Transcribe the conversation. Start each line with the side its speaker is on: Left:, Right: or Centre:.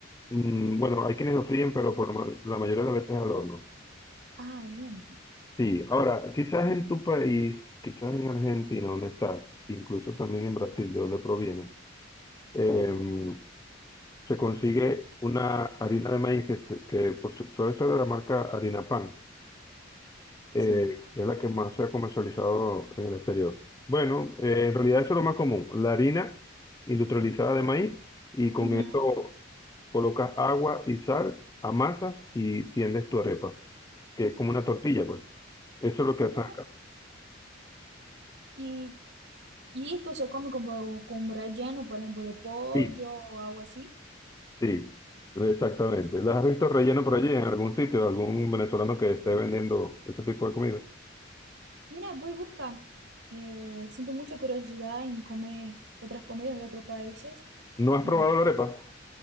Left: mm, bueno, hay quienes lo fríen, pero por ma- la mayoría de las veces al horno.
Right: Ah, bien.
Left: Sí, ahora, quizás en tu país, quizás en Argentina, donde estás, incluso también en Brasil, de donde provienes, em, se consigue una harina de maíz que, se- que por su- suele ser de la marca Harina Pan. eh,
Right: Sí.
Left: que es la que más se ha comercializado en el exterior. Bueno, eh, en realidad eso es lo más común, la harina industrializada de maíz y con
Right: Ujú.
Left: eso colocas agua y sal, amasas y tiendes tu arepa, que es como una tortilla, pues. Eso es lo que
Right: Mira,
Left: hacen acá.
Right: ¿Y Y esto se come como con un relleno, por ejemplo, de pollo
Left: Sí,
Right: o algo así.
Left: sí, exactamente. ¿Las has visto relleno por allí en algún sitio, algún venezolano que esté vendiendo ese tipo de comida?
Right: Mira, voy a buscar. Eh, siento mucha curiosidad en comer otras comidas de otros países.
Left: ¿No has
Right: Y
Left: probado la arepa?